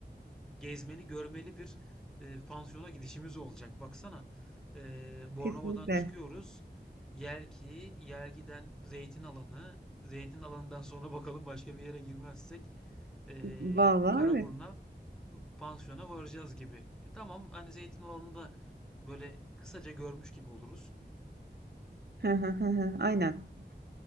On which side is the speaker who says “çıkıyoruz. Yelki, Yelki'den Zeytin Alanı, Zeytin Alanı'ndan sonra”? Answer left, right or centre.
Centre